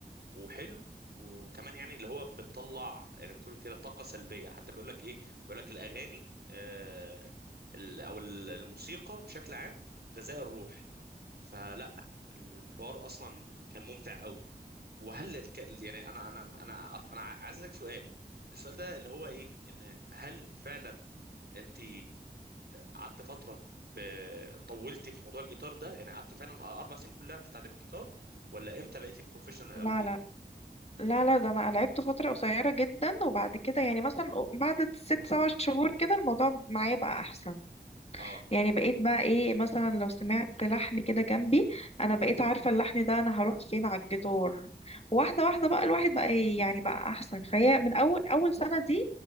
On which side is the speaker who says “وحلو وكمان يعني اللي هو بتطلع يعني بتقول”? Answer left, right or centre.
Right